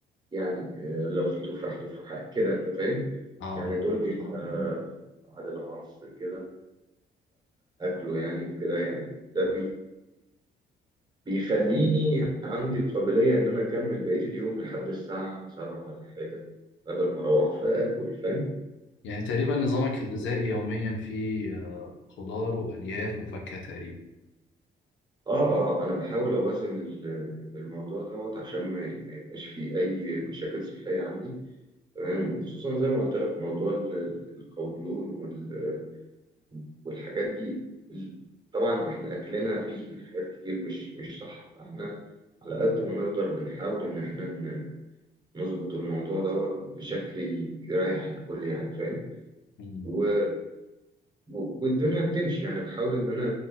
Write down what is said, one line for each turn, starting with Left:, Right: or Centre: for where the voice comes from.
Right: يعني آه، لو في تفاح تفاحة كده أنت فاهم
Left: اه
Right: يعني دول بيبقى بعد العصر كده اكله يعني وكده يعني ده بي بيخليني عندي قابلية ان انا اكمل بقية اليوم لحد الساعة 7 ولا حاجة قبل ما اروح فاكل فاهم
Left: يعني تقريبا نظامك الغذائي يوميا فيه آه، خضار والياف وفاكهه تقريبا
Right: اه اه آه، انا بحاول اوازن ال- الموضوع دوت عشان ما ي- ما يبقاش فيه اي مشاكل صحية عندي تمام وخصوصا زي ما قلت لك موضوع ال- ال- القولون وال- والحاجات دي ال- طبعا احنا اكلنا فيه حاجات كتير مش مش صح فاحنا على قد ما نقدر بنحاول ان احنا نظبط الموضوع دوت بشكل ي- يريح الكل يعني فاهم
Left: مم.
Right: و... و- والدنيا بتمشي يعني بحاول ان انا